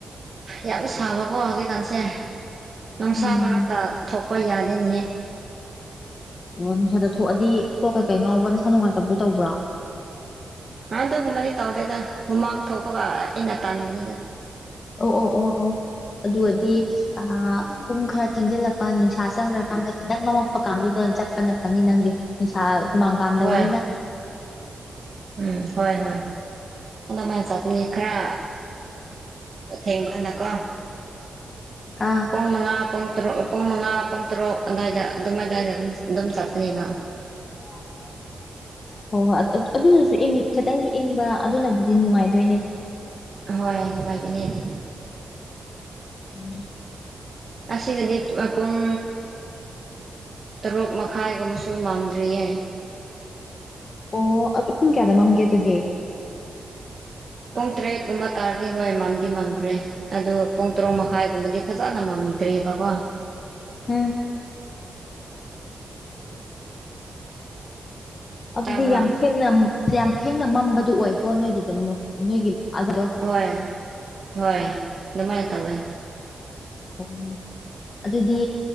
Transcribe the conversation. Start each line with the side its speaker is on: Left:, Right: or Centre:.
Right: ꯌꯥꯝ ꯁꯥꯕꯀꯣ ꯍꯧꯖꯤꯛꯀꯥꯟꯁꯦ ꯅꯨꯡꯁꯥ
Left: ꯎꯝ
Right: ꯃꯔꯛꯇ ꯊꯣꯛꯄ ꯌꯥꯗꯦꯅꯦꯍꯦ
Left: ꯑꯣ ꯅꯨꯡꯁꯥꯗ ꯊꯣꯛꯑꯗꯤ ꯀꯣꯛ ꯀꯩꯀꯩ ꯉꯥꯎꯕ ꯅꯁꯥ ꯅꯨꯡꯉꯥꯏꯇꯕꯗꯨ ꯇꯧꯕ꯭ꯔꯣ
Right: ꯑꯗꯨꯒꯨꯝꯕꯗꯤ ꯇꯧꯗꯦꯗ ꯍꯨꯃꯥꯡ ꯊꯣꯛꯄꯒ ꯑꯩꯅ ꯇꯟꯕꯅꯤꯗ
Left: ꯑꯣ ꯑꯣ ꯑꯣ ꯑꯣ ꯑꯗꯨꯑꯣꯏꯗꯤ ꯑꯥ ꯄꯨꯡ ꯈꯔ ꯊꯦꯡꯖꯤꯜꯂꯛꯄ ꯅꯨꯡꯁꯥ ꯆꯪꯒ꯭ꯔꯀꯥꯟꯗ ꯈꯤꯇꯪ ꯃꯝꯃꯛꯄ ꯀꯥꯟꯗꯨꯗ ꯆꯠꯄꯅ ꯐꯅꯤ ꯅꯪꯗꯤ ꯏꯁꯥ ꯍꯨꯃꯥꯡ ꯀꯥꯡꯗꯕꯅꯤꯅ
Right: ꯍꯣꯏ ꯎꯝ ꯍꯣꯏ ꯍꯣꯏ ꯑꯗꯨꯃꯥꯏꯅ ꯆꯠꯄꯅꯤ ꯈꯔ ꯑꯊꯦꯡꯕꯀꯟꯗ ꯀꯣ
Left: ꯑꯥ
Right: ꯄꯨꯡ ꯃꯉꯥ ꯄꯨꯡ ꯇ꯭ꯔꯨꯛ ꯄꯨꯡ ꯃꯉꯥ ꯄꯨꯡ ꯇ꯭ꯔꯨꯛ ꯑꯗꯥꯏꯗ ꯑꯗꯨꯝ ꯑꯗꯥꯏꯗ ꯑꯗꯨꯝ ꯆꯠꯂꯦꯕ
Left: <unintelligible> ꯍꯣ ꯍꯣꯏ ꯑꯠ ꯑꯗꯨꯅꯁꯨ ꯏꯪ ꯈꯤꯇꯪꯁꯨ ꯏꯪꯕ ꯑꯗꯨꯅꯕꯨꯗꯤ ꯅꯨꯡꯉꯥꯏꯗꯣꯏꯅꯦ
Right: ꯍꯣꯏ ꯅꯨꯉꯥꯏꯕꯅꯦ ꯑꯗꯨ
Left: <unintelligible>
Right: ꯑꯁꯤꯗꯗꯤ ꯇꯨꯑ ꯄꯨꯡ ꯇꯔꯨꯛ ꯃꯈꯥꯏꯒꯨꯝꯃꯁꯨ ꯃꯝꯗ꯭ꯔꯤꯌꯦ
Left: ꯑꯣ ꯑꯗꯨ ꯄꯨꯡ ꯀꯌꯥꯗ ꯃꯝꯒꯦ ꯑꯗꯨꯗꯤ
Right: ꯄꯨꯡ ꯇ꯭ꯔꯦꯠ ꯀꯨꯝꯕ ꯇꯥꯔꯗꯤ ꯍꯣꯏ ꯃꯝꯗꯤ ꯃꯝꯈ꯭ꯔꯦ ꯑꯗꯨ ꯄꯨꯡ ꯇ꯭ꯔꯨꯛ ꯃꯈꯥꯏꯒꯨꯝꯕꯗꯤ ꯐꯖꯅ ꯃꯝꯗ꯭ꯔꯤꯕꯀꯣ
Left: ꯎꯝ ꯑꯗꯨꯗꯤ
Right: ꯇꯥꯕ꯭ꯔꯥ
Left: ꯌꯥꯝ ꯊꯦꯡꯅ ꯌꯥꯝ ꯊꯦꯡꯅ ꯃꯝꯕꯗꯨ ꯑꯣꯏꯀꯣ ꯅꯣꯏꯒꯤꯗꯨ ꯅꯣꯏꯒꯤ ꯑꯗꯨꯗꯣ
Right: ꯍꯣꯏ ꯍꯣꯏ ꯗꯨꯃꯥꯏ ꯇꯧꯋꯦ
Left: ꯑꯣ ꯑꯗꯨꯗꯤ